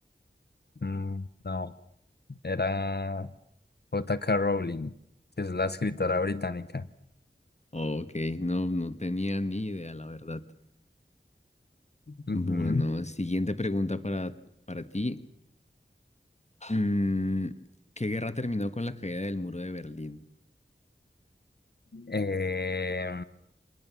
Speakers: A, on the left (about 55°); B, on the left (about 35°).
A: Mm, no, era J.K. Rowling, que es la escritora británica.
B: Ok, no, no tenía ni idea, la verdad.
A: Ujú.
B: Bueno, siguiente pregunta para, para ti. Mm, ¿qué guerra terminó con la caída del muro de Berlín?
A: Eh,